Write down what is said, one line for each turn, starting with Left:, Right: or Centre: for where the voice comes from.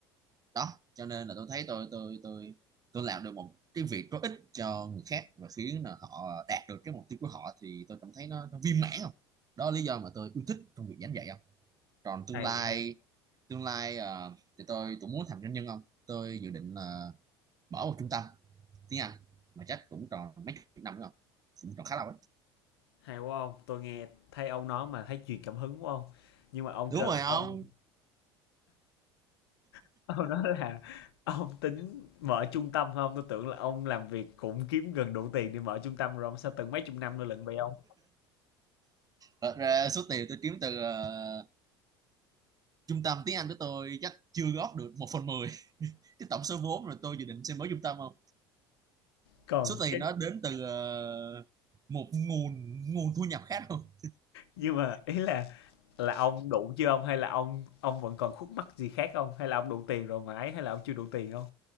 Right: đó cho nên là tôi thấy tôi tôi tôi tôi làm được một cái việc có ích cho người khác và khiến là họ đạt được cái mục tiêu của họ thì tôi cảm thấy nó, nó viên mãn không đó là lý do mà tôi yêu thích trong việc giảng dạy không còn tương
Left: Hay
Right: lai
Left: quá,
Right: tương lai ờ, thì tôi cũng muốn thành doanh nhân không tôi dự định là mở một trung tâm tiếng Anh mà chắc cũng còn mấy chục năm nữa không cũng còn khá lâu ấy
Left: hay quá không Tôi nghe thấy ông nói mà thấy truyền cảm hứng quá không Nhưng mà ông
Right: đúng
Left: kêu
Right: rồi
Left: là
Right: không?
Left: ông <laughs> Ông nói là ông tính mở trung tâm không Tôi tưởng là ông làm việc cũng kiếm gần đủ tiền để mở trung tâm rồi ông sao từng mấy chục năm nữa lận vậy ông?
Right: Thật ra số tiền tôi kiếm từ ờ, trung tâm tiếng Anh của tôi chắc chưa góp được một phần mười <laughs> cái tổng số vốn rồi tôi dự định sẽ mở trung tâm không
Left: Còn
Right: số tiền
Left: cái
Right: đó đến từ ờ, một nguồn nguồn thu nhập khác không
Left: nhưng mà ý là là ông đủ chưa ông? Hay là ông ông vẫn còn khúc mắc gì khác không Hay là ông đủ tiền rồi mà ấy? Hay là ông chưa đủ tiền không